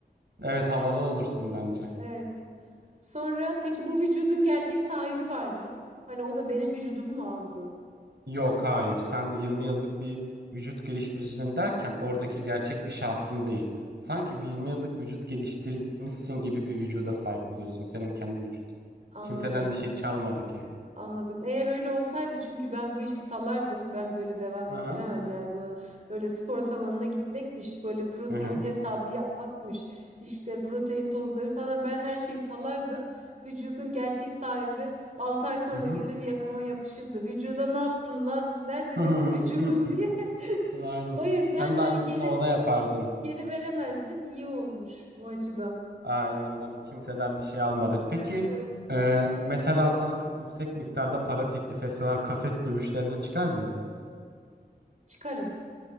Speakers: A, on the right; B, on the right.
A: Evet, havalı olursun bence.
B: Evet. Sonra peki bu vücudun gerçek sahibi var mı? Hani o da benim vücudumu mu aldı?
A: Yok hayır sen 20 yıllık bir vücut geliştiricinin derken oradaki gerçek bir şahsın değil. Sanki 20 yıllık vücut geliştirmişsin gibi bir vücuda sahip oluyorsun senin kendi vücudun.
B: Anladım.
A: Kimseden bir şey çalmadık yani.
B: Anladım. Eğer öyle olsaydı çünkü ben bu işi salardım. Ben böyle devam
A: Hı
B: ettiremem.
A: hı.
B: Yani bu böyle spor salonuna gitmekmiş, böyle protein
A: Hı hı.
B: hesabı yapmakmış, işte protein tozları falan ben her şeyi salardım. Vücudun gerçek sahibi 6 ay sonra
A: Hı hı.
B: gelir yakama yapışırdı. Vücuda ne yaptın lan? Nerede
A: Hı
B: benim
A: hı.
B: vücudum
A: <clears throat>
B: <laughs> diye.
A: Aynen.
B: O yüzden
A: Sen
B: hani
A: de aynısını
B: geri
A: ona yapardın.
B: geri veremezdim. İyi olmuş o açıdan.
A: Aynen hani kimseden bir şey almadık. Peki
B: Evet evet.
A: e, mesela sana çok yüksek miktarda para teklif etseler kafes dövüşlerine çıkar mıydın?
B: Çıkarım.